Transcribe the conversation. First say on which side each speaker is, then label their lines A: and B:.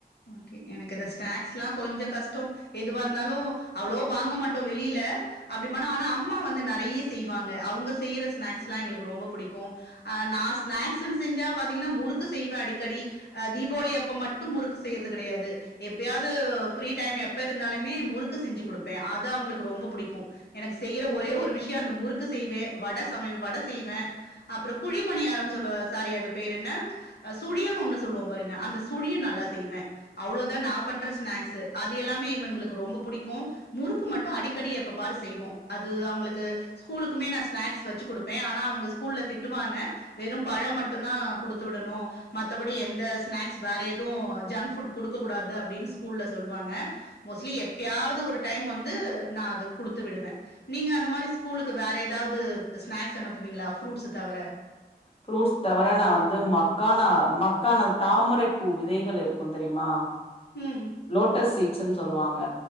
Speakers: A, on the left; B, on the left.
A: ஓகே எனக்கு இந்த ஸ்நாக்ஸ்ல்லா கொஞ்ச கஷ்டோ எதுவா இருந்தாலு அவ்ளோ வாங்க மாட்டோ வெளியில அப்டி பண்ணா ஆனா அம்மா வந்து நெறைய செய்வாங்க அவுங்க செய்ற ஸ்நாக்ஸ்ல்லா எங்களுக்கு ரொம்போ புடிக்கு ஆ நா ஸ்நாக்ஸ்ன்னு செஞ்சா பாத்தீங்கன்னா முறுக்கு செய்வே அடிக்கடி அ தீபாவளி அப்ப மட்டு முறுக்கு செய்யறது கெடையாது எப்பையாவ்து ஃப்ரீ டைம் எப்ப இருந்தாலுமே முறுக்கு செஞ்சி குடுப்பே அது அவுங்களுக்கு ரொம்ப புடிக்கு எனக்கு செய்யற ஒரே ஒரு விஷயோ அந்த முறுக்கு செய்வே வட சம வட செய்வே அப்றோ குழி பனியாரன் சொல்லுவ சாரி அது பேரு என்ன சுழினு ஒன்னு சொல்லுவோ பாருங்க அந்த சுழியு நல்லா செய்வே அவ்ளோதா நா பண்ற ஸ்நாக்ஸ்ஸு அது எல்லாமே இவனுகளுக்கு ரொம்ப புடிக்கு முறுக்கு மட்டு அடிக்கடி எப்ப பாரு செய்வோ அது அவ்ங்களுக்கு ஸ்கூலுக்குமே நா ஸ்னாக்ஸ் வெச்சு குடுப்பே ஆனா அவ்ங்க ஸ்கூல்ல திட்டுவாங்க வெறு பபழோ மட்டுந்தா குடுத்து விடணு மத்தபடி எந்த ஸ்நாக்ஸ் வேற எது ஜங்க் ஃபுட் குடுக்கூடாது அப்டின் ஸ்கூல்ல சொல்வாங்க மோஸ்ட்லி எப்பயாவ்து ஒரு டைம் வந்து நா அத குடுத்து விடுவே நீங்க அந்த மாரி ஸ்கூலுக்கு வேற எதாவ்து ஸ்நாக்ஸ் அனுப்புவீங்ளா ஃப்ரூட்ஸ தவிர
B: ஃப்ரூட்ஸ் தவிர நா வந்து மக்கானா மக்கானா தாமரைப்பூ விதைகள் இருக் கு தெரியுமா
A: ம்
B: லோட்டஸ் சீட்ஸ்னு சொல்வாங்க